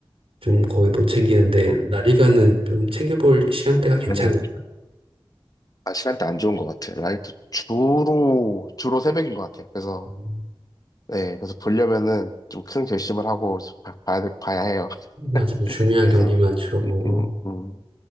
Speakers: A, on the right (about 75°); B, on the left (about 40°).
A: 좀 거의 못 챙기는데
B: 음.
A: 라리가는 좀 챙겨볼 시간대가 괜찮을까?
B: 아니요. 아, 시간대 안 좋은 것 같아. 요 라이트 주로, 주로 새벽인 것 같아. 그래서,
A: 음,
B: 네, 그래서 보려면은 좀 큰 결심을 하고 봐, 봐야, 돼- 봐야 해요.
A: 맞아요. 중요한
B: <laughs> 그래서,
A: 경기만 주로 보고.
B: 음, 음.